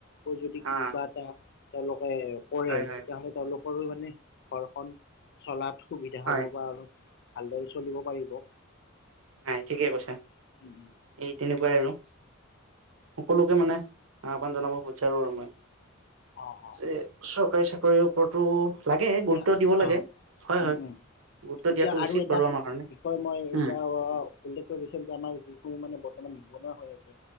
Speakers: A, on the left (about 55°); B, on the right (about 75°).
A: যদি কিবা
B: অ',
A: এটা তেওঁলোকে কৰে,
B: হয়, হয়,
A: তেতিয়াহ'লে তেওঁলোকৰো মানে ঘৰখন চলাত সুবিধা
B: হয়,
A: হ'ব বা অলপ ভালদৰে চলিব পাৰিব।
B: হয়, ঠিকে কৈছা।
A: উম, উম।
B: এই তেনেকুৱাই আৰু, সকলোকে মানে আহ্বান জনাব বিচাৰো আৰু মই।
A: অঁ অঁ
B: যে চৰকাৰী চাক ওপৰতো লাগে,
A: এতিয়া
B: গুৰুত্ব দিব লাগে,
A: অঁ
B: হয়- হয়। গুৰুত্ব
A: এতিয়া
B: দিয়াটো
A: আৰু
B: উচিত
A: এটা
B: বাৰু আমাৰ কাৰণে
A: বিষয় মই
B: উম
A: এতিয়া আহ উল্লেখ কৰিছিলোঁ যে আমাৰ যিসমূহ মানে বৰ্তমান নিবনুৱা হৈ আছে